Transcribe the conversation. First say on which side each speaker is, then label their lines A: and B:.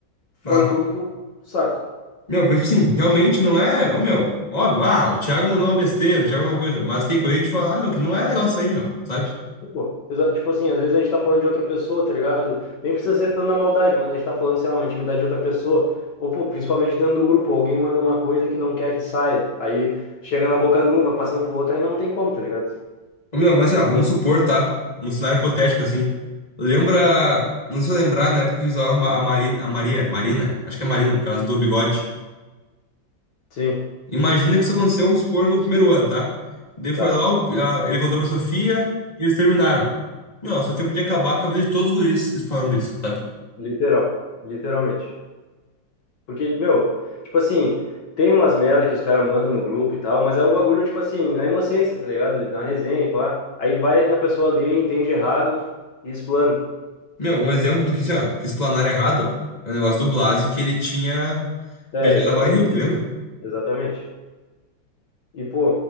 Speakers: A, on the left; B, on the left.
A: foi
B: Ah.
A: tudo pro saco.
B: Meu, porque, tipo assim, realmente não é. Ô, meu, óbvio, ah, o Thiago mandou uma besteira, o Thiago alguma coisa. Mas tem coisa que a gente fala, ah, meu, que não é legal isso aí, meu, sabe?
A: Pô, exa- Tipo assim, às vezes a gente tá falando de outra pessoa, tá ligado? Nem precisa ser tanto na maldade, mas a gente tá falando, sei lá, uma intimidade de outra pessoa. Ou, pô, principalmente dentro do grupo, alguém manda uma coisa que não quer que saia. Aí chega na boca de um, vai passando pro outro, aí não tem como, tá ligado?
B: Ô, meu, mas ó, vamos supor, tá? Um cenário hipotético, assim. Lembra. Não sei se eu lembrar na época que usava a Marina. A Maria. Marina? Acho que é Marina, por causa do bigode.
A: Sim,
B: Imagina que isso aconteceu, vamos supor, no primeiro ano, tá? Daí foi
A: tá.
B: lá, o- a- ele contou pra Sofia e eles terminaram. Meu, a Sofia podia acabar com a vida de todos os guris falando isso, sabe?
A: Literal. Literalmente. Porque, meu, tipo assim, tem umas merda que os caras mandam no grupo e tal, mas é um bagulho, tipo assim, na inocência, tá ligado? Na resenha e pá. Aí vai que a pessoa lê, entende errado e explana.
B: Meu, um exemplo do que, sei lá, que explanaram errado, ó, é o negócio do Blasi que ele tinha
A: É,
B: beijado
A: exatamente.
B: a Vale Rio que lembra?
A: Exatamente. E, pô,